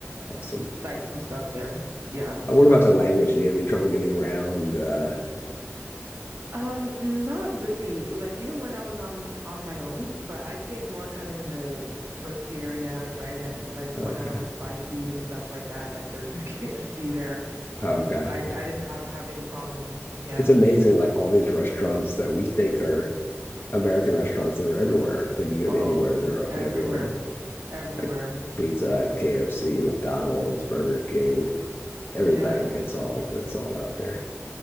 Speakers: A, on the left; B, on the right.
A: Awesome.
B: sites and stuff there. Yeah,
A: Uh, what about
B: absolutely.
A: the language? Do you have any trouble getting around? Uh,
B: Um, not really. Like even when I was on on my own, but I stayed more kind of in the touristy area, right? And like
A: okay.
B: when I wanted to buy food and stuff like that, like there's a <laughs> KFC there.
A: Okay.
B: You know, I
A: Yeah.
B: I didn't have have any problem. Yeah.
A: it's amazing like all these restaurants that we think are American restaurants that are everywhere. Like you go
B: Oh,
A: to anywhere, they're
B: everywhere.
A: everywhere.
B: Everywhere.
A: Like Pizza Hut, KFC, McDonald's, Burger King, everything.
B: Yeah.
A: It's all it's all out there.